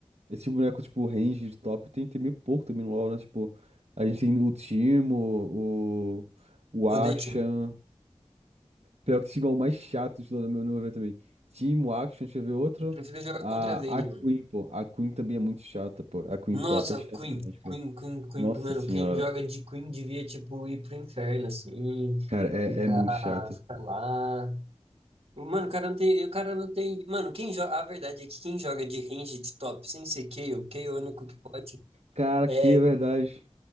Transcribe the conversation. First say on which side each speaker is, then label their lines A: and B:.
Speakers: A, on the right; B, on the right.
A: Esse boneco, tipo, range de top tem, tem meio pouco também no LoL, né? Tipo, a gente tem o Timo, o. O
B: Odeio,
A: Action.
B: time.
A: Pior que o Timo é o mais chato de todo no meu no meu ver também. Timo, Action, deixa eu ver outro.
B: Eu prefiro jogar
A: A,
B: contra a Vayne,
A: a Queen,
B: mano.
A: pô. A Queen também é muito chata, pô. A Queen
B: Nossa,
A: top é chata
B: Queen,
A: demais, cara.
B: Queen, Queen, Queen,
A: Nossa
B: mano,
A: senhora.
B: quem joga de Queen devia, tipo, ir pro inferno, assim,
A: Cara, é,
B: ficar,
A: é muito chato.
B: ficar lá. Mano, o cara não tem, o cara não tem, mano, quem joga, a verdade é que quem joga de range de top sem ser Kayle, Kayle é o único que pode,
A: Cara,
B: é,
A: que verdade.